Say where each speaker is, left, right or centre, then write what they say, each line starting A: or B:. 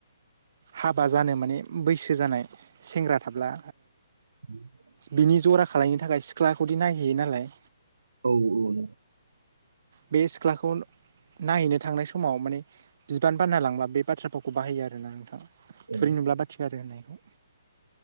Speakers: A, on the right (about 55°); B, on the right (about 75°).
A: हाबा जानो माने बैसो जानाय सेंग्रा थाब्ला
B: <inaudible>
A: बिनि जरा खालायनो थाखाय सिख्लाखौदि नायहैयो नालाय
B: औ औ
A: बे सिख्लाखौ नायहैनो थांनाय समाव माने बिबान बानना लांब्ला बे बाथ्राफोरखौ बाहायो आरोना नोंथां
B: ओ
A: थुरि नुब्ला बाथिगारो होननायखौ